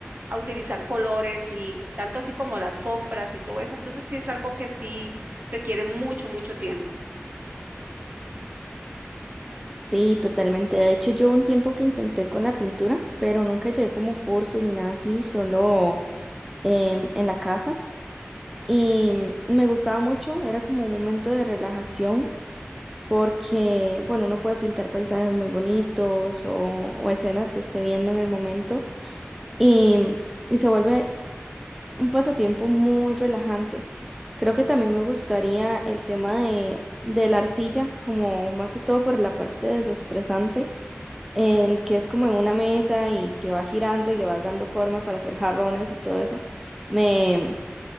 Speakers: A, on the right; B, in the centre.
A: a utilizar colores y tanto así como las sombras y todo eso. Entonces sí es algo que sí requiere mucho, mucho tiempo.
B: Sí, totalmente. De hecho, yo un tiempo que intenté con la pintura, pero nunca llevé como cursos ni nada así, solo em, en la casa. Y me gustaba mucho, era como un momento de relajación porque, bueno, uno puede pintar paisajes muy bonitos o, o escenas que esté viendo en el momento y, y se vuelve un pasatiempo muy relajante. Creo que también me gustaría el tema de, de la arcilla, como más que todo por la parte desestresante, el que es como en una mesa y que va girando y le vas dando forma para hacer jarrones y todo eso, me,